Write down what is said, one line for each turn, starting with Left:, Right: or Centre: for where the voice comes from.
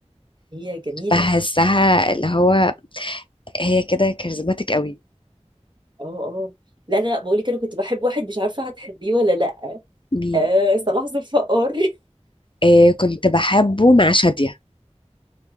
Right: هي جميلة
Left: بحسها اللي هو هي كده كاريزماتيك قوي
Right: اه اه لا لا لا بقولك انا كنت بحب واحد مش عارفة هتحبيه ولا لا
Left: مين
Right: آه صلاح ذو الفقار <laughs>
Left: أه كنت بحبه مع شادية